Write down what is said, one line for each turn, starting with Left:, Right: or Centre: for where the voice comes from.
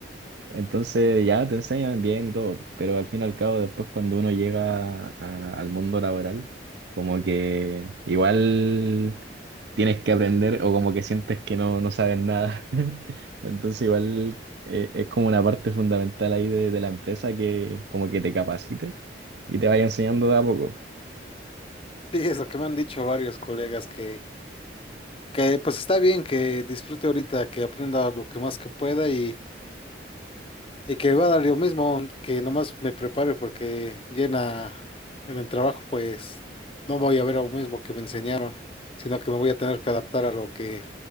Right: Entonces ya te enseñan bien y todo, pero al fin y al cabo después cuando uno llega a- al mundo laboral, como que igual tienes que aprender o como que sientes que no, no sabes nada. <laughs> Entonces igual eh, es como una parte fundamental ahí de, de la empresa que como que te capacite y te vaya enseñando de a poco.
Left: Sí, es lo que me han dicho varios colegas que, que pues está bien que disfrute ahorita, que aprenda lo que más que pueda y, y que va a dar lo mismo, que nomás me prepare porque llena en el trabajo pues no voy a ver lo mismo que me enseñaron, sino que me voy a tener que adaptar a lo que